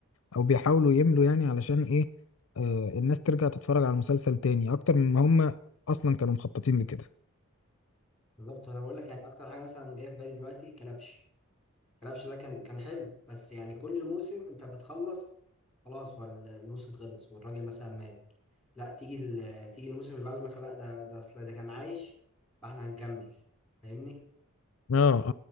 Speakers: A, on the left (about 65°); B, in the centre.
A: او بيحاولوا يملوا يعني علشان ايه آه، الناس ترجع تتفرج على المسلسل تاني اكتر مما هم اصلا كانوا مخططين لكده
B: بالظبط وانا بقول لك يعني اكتر حاجه مثلا جايه في بالي دلوقتي كلبش كلبش ده كان كان حلو بس يعني كل موسم انت بتخلص خلاص والموسم خلص والراجل مثلا مات لا تيجي ال- تيجي الموسم اللي بعده يقول لك لا ده ده اصل ده كان عايش فاحنا هنكمل فاهمني
A: اه اه